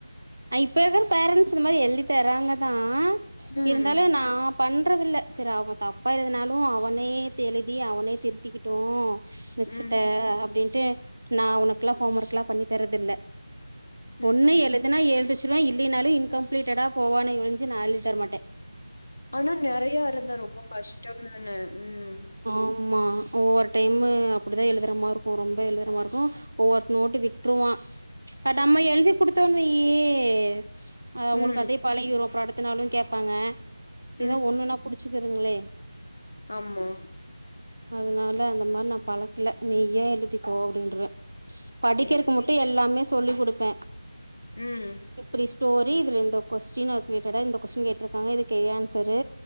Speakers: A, on the right; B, on the left.
A: அ இப்ப இருக்கற பேரன்ட்ஸ் இந்த மாரி எழுதி தராங்க தா
B: ம்
A: இருந்தாலு நா பண்றதில்ல சரி அவன் தப்பா எழுதுனாலு அவனே எழுதி அவனே திருத்திக்கிட்டு மிஸ்ஸிட்ட
B: ம்
A: அப்டின்ட்டு நா உனக்கெல்லா ஹோம் ஒர்க்ல்லா பண்ணி தர்றதில்ல
B: ம்
A: ஒண்ணு எழுதுனா எழுத வெச்சிருவேன் இல்லைனாலு இன்கம்ப்ளீட்டடா போவானே ஒழிஞ்சு நா எழுதித்தரமாட்ட
B: ஆனா நெறயா இருந்தா ரொம்ப கஷ்டந்தான ம்
A: ஆமா ஒவ்வொரு டைமு அப்டிதா எழுதறமாருக்கு ரொம்ப எழுதுறமாருக்கு ஒவ்வொரு நோட்டு விட்ருவான் டா
B: ம்
A: நம்ம எழுதி குடுத்தோன்னு வெய்
B: ம்
A: அவங்களுக்கு அதே பழகிரு அப்றோ அடுத்தனாலு கேப்பாங்க ஏதோ
B: ம்
A: ஒண்ணுனா புடிச்சுக்குதுங்ளே
B: ஆமா
A: அதனால அந்த மாரி நா பழக்கல நீயே எழுதிக்கோ அப்டின்றுவன் படிக்கறக்கு
B: சேரி சேரி
A: மட்டு எல்லாமே சொல்லி குடுப்ப
B: ம்
A: இப்டி ஸ்டோரி இதுல இந்த கொஸ்டின் அதுக்கு ரிலேட்டடா இந்த கொஸ்டின் கேட்டிருக்காங்க இதுக்கு இது ஆன்சரு